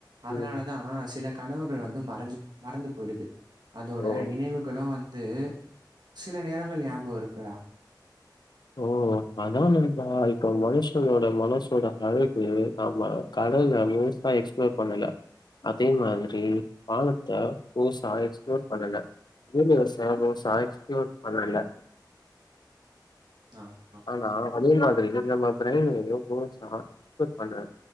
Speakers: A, on the right; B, on the left.
A: அதனாலதா
B: ம்.
A: சில கனவுகள் வந்து மறஞ்சு மறந்து போயிடுது அதோட
B: ஓ!
A: நினைவுகளு வந்து சில நேரங்கள் ஞாபகோ இருக்குடா
B: ஓ அதா நண்பா இப்ப மனுஷனோட மனசோட அழகு ஆமா கடல்ல மோஸ்டா எக்ஸ்ப்லோர் பண்ணல அதே மாதிரி வானத்த புதுசா எக்ஸ்ப்லோர் பண்ணல யூனிவர்ச மோஸ்ட்டா எக்ஸ்ப்லோர் பண்ணல்ல
A: ஆ
B: ஆனா அதே மாதிரி நம்ம பிரைன்யு மோஸ்டா எக்ஸ்ப்லோர் பண்ணல